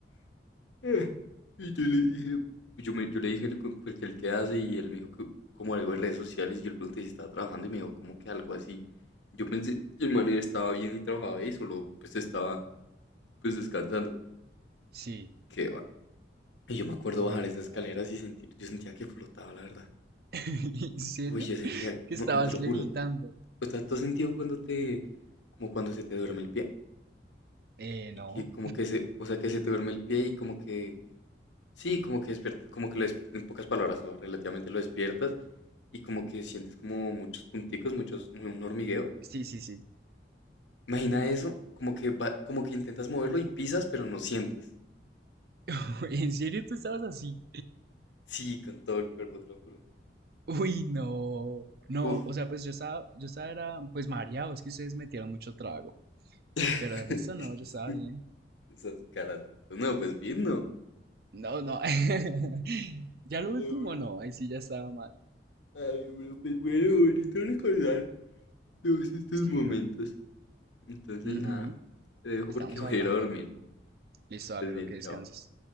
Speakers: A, on the left (about 85°); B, on the right (about 55°).
A: Eh, Y yo le dije, yo, me- yo le dije lo pues, que él qué hace y él me dijo que como algo de redes sociales y yo le pregunté si estaba trabajando y me dijo como que algo así. Yo pensé, y el man estaba bien y trabajaba y solo pues estaba pues descansando.
B: Sí,
A: Qué va. Y yo me acuerdo
B: uy,
A: bajar esas escaleras
B: no.
A: y sentir, yo sentía que flotaba, la verdad.
B: <laughs> ¿En serio?
A: Uy, yo sentía,
B: ¿Que
A: no,
B: estabas
A: te lo juro.
B: levitando?
A: O sea, ¿tú has sentido cuando te, como cuando se te duerme el pie?
B: Eh, no.
A: Y que como que se, o sea, que se te duerme el pie y como que Sí, como que despierta, como que lo des- en pocas palabras o relativamente lo despiertas y como que sientes como muchos punticos, muchos, un hormigueo.
B: Sí, sí, sí.
A: Imagina eso, como que va- como que intentas moverlo y pisas, pero no sientes.
B: <laughs> ¿En serio tú estabas así?
A: Sí, con todo el cuerpo, te lo juro.
B: Uy, no. No,
A: Uf.
B: o sea, pues yo estaba, yo estaba, era, pues mareado, es que ustedes metieron mucho trago.
A: <laughs>
B: Pero de resto no, yo estaba bien.
A: Esas caras. No, pues bien, no.
B: No, no. <laughs> Ya
A: Pero
B: lo último
A: bueno,
B: no, ahí sí ya estaba mal.
A: ay, bro, pues bueno, bonito recordar todos estos
B: Sí,
A: momentos.
B: bro.
A: Entonces,
B: Ujú,
A: nada, te dejo
B: Estamos
A: porque voy
B: hablando,
A: a ir a dormir.
B: bro. Listo,
A: Que estés
B: dale, lo
A: bien,
B: que descanses.
A: chao.